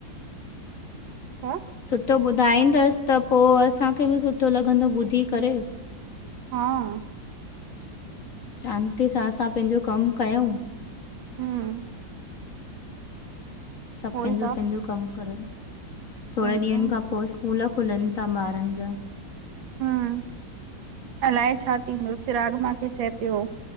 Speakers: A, on the right (about 85°); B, on the left (about 45°).
A: छा
B: सुठो ॿुधाईंदसि, त पो असांखे बि सुठो लॻंदो ॿुधी करे।
A: हा।
B: शांतीअ सां असां पंहिंजो कमु कयंउं
A: हम्म
B: सभु
A: उहोई
B: पंहिंजो-
A: त
B: पंहिंजो कम करनि, थोड़े
A: उहोई
B: ॾींहंनि
A: त
B: खां पो स्कूल खुलनि ता ॿारनि जा। <inaudible>
A: हम्म अलाए छा थींदो, चिराग माखे चए पियो